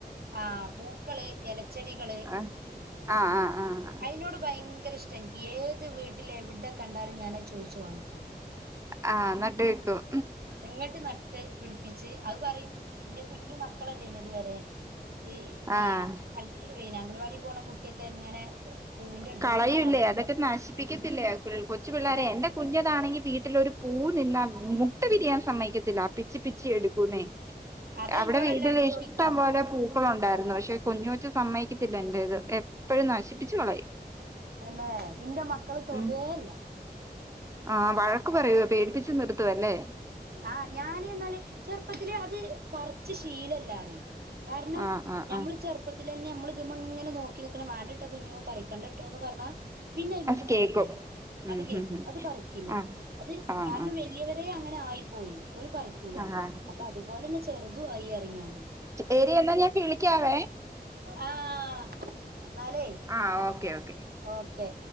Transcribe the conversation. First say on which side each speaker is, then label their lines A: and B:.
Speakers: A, on the right; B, on the right.
A: ആഹ് പൂക്കള് എലച്ചെടികള്
B: ആഹ് ആഹ് ആഹ് ആഹ്
A: അയിനോട് ഭയങ്കര ഇഷ് ട്ട ഇൻക്ക് ഏത് വീട്ടില് എവിടെ കണ്ടാലും ഞാനത് ചോയ്ച്ച് വാങ്ങിപ്പോരും
B: ആഹ് നട്ട് വെക്കും
A: എങ്ങട്ട് നട്ട് പിടിപ്പിച്ച് അഅ് പറിം ഇന്റെ കുഞ്ഞു മക്കളല്ലേനിയൊ ഇത് വരെ ഈ
B: ആഹ്
A: ഈ വൈനാ അംഗല വാടി പോണ കുട്ടിയൊക്കെ ഇങ്ങനെ പൂവിന്റെ അടുത്ത്
B: കളയുല്ലേ
A: കൂടെ ഇങ്ങനെ നടക്കുമ്പോ
B: അതൊക്കെ നശി പ്പിക്കത്തില്ലേ കൊച്ചു പിള്ളേരെ എന്റെ കുഞ്ഞതാണെങ്കി വീട്ടിലൊരു പൂ നിന്നാ മു ട്ട് വിരിയാൻ സമ്മയ്ക്കത്തില്ല പിച്ചിപിച്ചി എടുക്കൂന്നേ
A: അതാ
B: അവിടെ
A: എന്നോട്
B: വീട്ടില്
A: എല്ലാരും
B: ഇഷ്ടംപോലെ
A: ചോദിക്കാ
B: പൂ ക്കളുണ്ടായിരുന്നു പഷെ കുഞ്ഞ് കൊച്ച് സമ്മയ്ക്കത്തില്ല എന്റെത് എപ്പഴും നശിപ്പിച്ച് കളയും
A: തന്നെ ഇന്റെ മക്കള് തൊടേല്ല.
B: ഉം ആഹ് വഴക്ക് പറയുവ പേടിപ്പിച്ച് നിർത്തുവല്ലേ.
A: ആഹ് ഞാന് എന്നാല് ചെറുപ്പത്തിലെ അത് പറച്ച് ശീലല്ലാ അറി. കാര്ണം
B: ആഹ് ആഹ്
A: ഞമ്മള്
B: ആഹ്
A: ചെർ പ്പത്തിലെന്നെ നമ്മള്ത് മ്മങ്ങനെ നോക്കി നിക്കണം വേണ്ടട്ട കുഞ്ഞോ പറിക്കേണ്ടട്ടോന്ന് പർഞ്ഞാ. പിന്നെ ഐമക്ക്
B: അത്
A: പോകൂല
B: കേക്കും ഉം
A: അത് കേക്കും
B: ഹും ഹും
A: അത് പറിക്കില്ല
B: ആഹ്
A: അത്
B: ആഹ്
A: കാര്ണം വൽ. ല്ല്യവരെ അങ്ങനെ ആയി പോയി ഓൽ പറിക്കൂല
B: ആഹ് ആഹ്
A: അപ്പൊ അതുപോലെന്നെ ചെറുതും ആയിയറിം ഞാന്.
B: എടി എന്നാ ഞാൻ വിളിക്കാവേ.
A: ആഹ് എന്നാലേ.
B: ആഹ് ഓക്കേ ഓക്കേ.
A: ഓക്കേ.